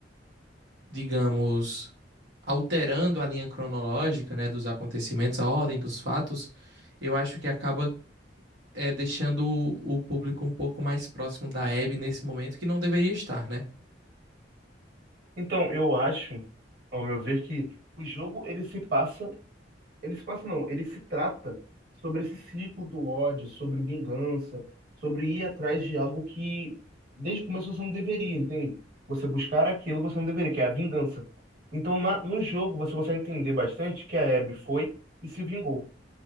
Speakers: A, on the right (about 80°); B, on the right (about 55°).
A: digamos, alterando a linha cronológica, né, dos acontecimentos, a ordem dos fatos, eu acho que acaba é, deixando o, o público um pouco mais próximo da Abby nesse momento, que não deveria estar, né?
B: Então, eu acho, ao meu ver, que o jogo ele se passa Ele se passa, não, ele se trata sobre esse ciclo do ódio, sobre vingança, sobre ir atrás de algo que desde o começo você não deveria, entende? Você buscar aquilo que você não deveria, que é a vingança. Então, na- no jogo, você consegue entender bastante que a Abby foi e se vingou.